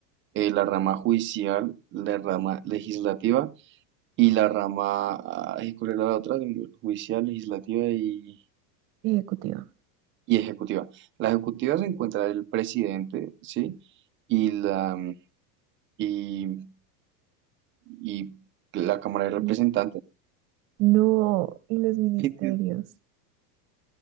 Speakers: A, on the right; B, on the right.
A: eh, la rama judicial, la rama legislativa y la rama, ay, ¿cuál era la otra? Judicial, legislativa y,
B: ejecutiva.
A: y ejecutiva. La ejecutiva se encuentra el presidente, ¿sí? Y la, y, y la Cámara de
B: Y
A: Representantes.
B: no, y los ministerios.
A: Y,